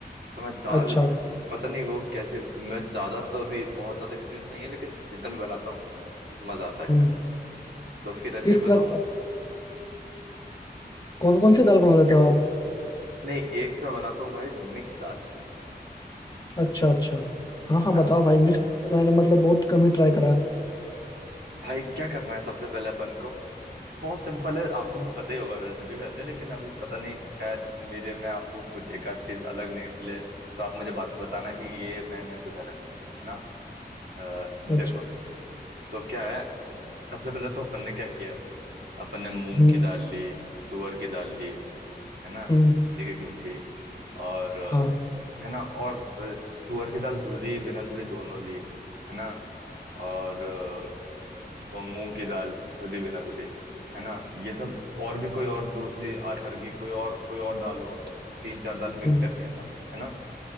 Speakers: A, on the right; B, on the left.
A: तो मैं दाल
B: अच्छा
A: पता नहीं वो कैसे मैं ज्यादा तो अभी बहुत ज्यादा एक्सपीरियंस नहीं है लेकिन जितना मैं बनाता हूँ मजा आता है
B: हम्म
A: खाने में। तो उसकी रेसिपी
B: किस
A: बताऊँ
B: तरह
A: मैं?
B: कौन कौन सी दाल बना लेते हो आप
A: नहीं एक मैं बनाता हूँ भाई मिक्स दाल
B: अच्छा अच्छा हाँ हाँ
A: हाँ
B: बताओ भाई मिक्स तो मैंने मतलब बहुत कम ही ट्राई करा है।
A: भाई क्या करना है सबसे पहले अपन को बहुत सिंपल है आपको भी पता ही होगा वैसे भी वैसे लेकिन अभी पता नहीं शायद मेरे में आपको कुछ एक आध चीज अलग निकले तो आप मुझे बाद में बताना कि ये मैंने कुछ अलग किया है ना अ,
B: अच्छा
A: देखो तो क्या है सबसे पहले तो अपन ने क्या किया अपन ने मूंग
B: हम्म
A: की दाल ली तुअर की दाल ली है ना
B: हम्म
A: एक एक मुट्ठी और अ,
B: हाँ हाँ,
A: है ना और अ, तुअर की दाल धुली बिना धुली दोनों ली है ना और अ, ब- मूंग की दाल धुली बिना धुली है ना ये सब और भी कोई और दूसरी अरहर की कोई और कोई और दाल हो तो तीन चार दाल मिक्स
B: हम्म
A: कर लिया अपन है ना